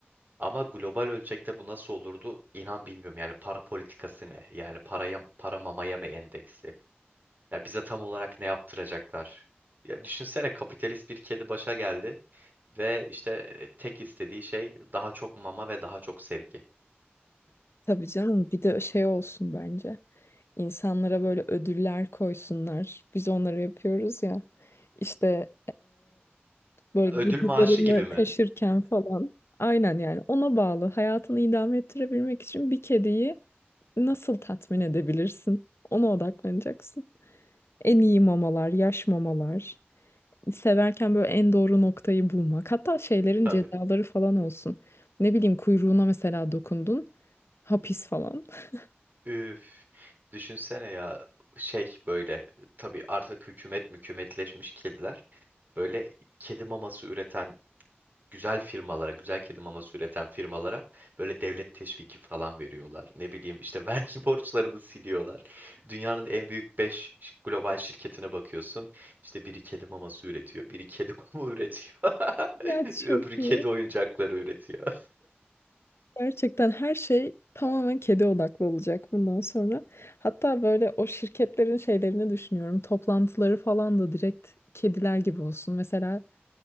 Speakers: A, on the right (about 50°); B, on the left (about 90°).
A: Ama global ölçekte bu nasıl olurdu? İnan bilmiyorum. Yani para politikası ne? Yani paraya, para mamaya mı endeksli? Ya bize tam olarak ne yaptıracaklar? Ya düşünsene kapitalist bir kedi başa geldi ve işte e, tek istediği şey daha çok mama ve daha çok sevgi.
B: Tabii canım, bir de şey olsun bence. İnsanlara böyle ödüller koysunlar. Biz onları yapıyoruz ya. İşte Böyle gıdılarını
A: Ödül maaşı gibi mi?
B: kaşırken falan. Aynen yani ona bağlı. Hayatını idame ettirebilmek için bir kediyi nasıl tatmin edebilirsin? Ona odaklanacaksın. En iyi mamalar, yaş mamalar. Severken böyle en doğru noktayı bulmak. Hatta şeylerin
A: Tabii.
B: cezaları falan olsun. Ne bileyim kuyruğuna mesela dokundun. Hapis falan. <laughs>
A: Üf. Düşünsene ya şey böyle tabii artık hükümet mükümetleşmiş kediler böyle kedi maması üreten güzel firmalara, güzel kedi maması üreten firmalara böyle devlet teşviki falan veriyorlar. Ne bileyim işte vergi <laughs> borçlarını siliyorlar. Dünyanın en büyük beş global şirketine bakıyorsun. İşte biri kedi maması üretiyor, biri kedi kumu <laughs> üretiyor. <laughs>
B: Ya
A: Öbürü
B: çok
A: kedi
B: iyi.
A: oyuncakları üretiyor.
B: Gerçekten her şey tamamen kedi odaklı olacak bundan sonra. Hatta böyle o şirketlerin şeylerini düşünüyorum. Toplantıları falan da direkt kediler gibi olsun. Mesela